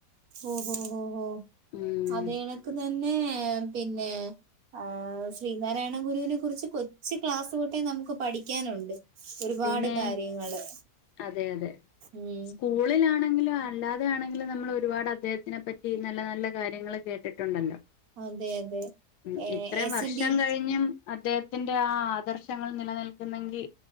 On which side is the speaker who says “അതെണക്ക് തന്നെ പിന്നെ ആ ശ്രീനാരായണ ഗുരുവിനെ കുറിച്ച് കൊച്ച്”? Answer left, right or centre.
Right